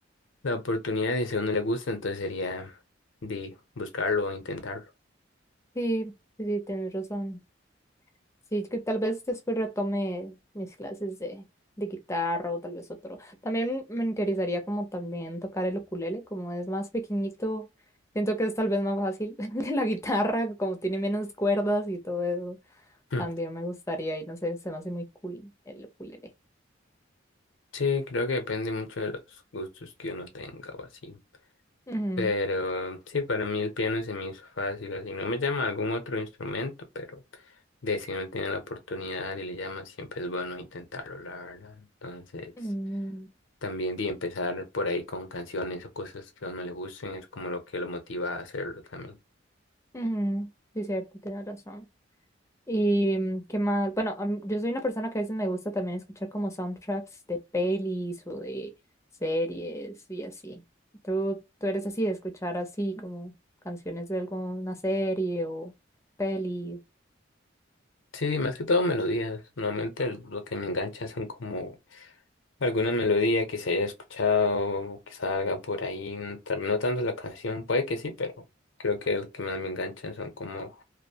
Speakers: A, on the left (about 80°); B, on the left (about 15°).
A: la oportunidad y si a uno le gusta, entonces sería de buscarlo o intentarlo.
B: Sí, sí, sí, tienes razón. Sí, que tal vez después retome mis clases de, de guitarra o tal vez otro. También me interesaría como también tocar el ukulele, como es más pequeñito, siento que es tal vez más fácil <laughs> que la guitarra, como tiene menos cuerdas y todo eso.
A: Mm.
B: También me gustaría y no sé, se me hace muy cool el ukulele.
A: Sí, creo que depende mucho de los gustos que uno tenga o así.
B: Ujú,
A: Pero sí, para mí el piano se me hizo fácil, así no me llama algún otro instrumento, pero de si uno tiene la oportunidad y le llama, siempre es bueno intentarlo, la verdad. Entonces,
B: ujú,
A: también de empezar por ahí con canciones o cosas que a uno le gusten, es como lo que lo motiva a hacerlo también.
B: ujú. Sí, cierto, tienes razón. Y mm, qué más, bueno, a mí- yo soy una persona que a veces me gusta también escuchar como soundtracks de pelis o de series y así. ¿Tú, tú eres así de escuchar así como canciones de alguna serie o peli?
A: Sí, más que todo melodías. Normalmente lo que me engancha son como alguna melodía que se haya escuchado o que salga por ahí, no tan no tanto la canción, puede que sí, pero creo que lo que más me enganchan son como